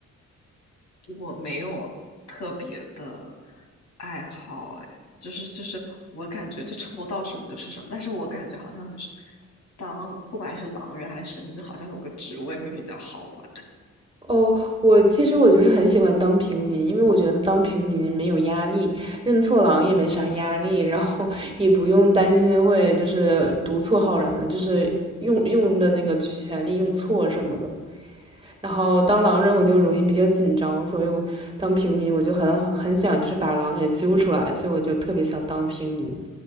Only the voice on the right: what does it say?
哦，我其实我就是很喜欢当平民，因为我觉得当平民没有压力，认错狼也没啥压力，然后 <laughs> 也不用担心会就是读错好人了，就是用用的那个权利用错什么的。然后当狼人我就容易比较紧张，所以我当平民我就很很想就是把狼给揪出来，所以我就特别想当平民。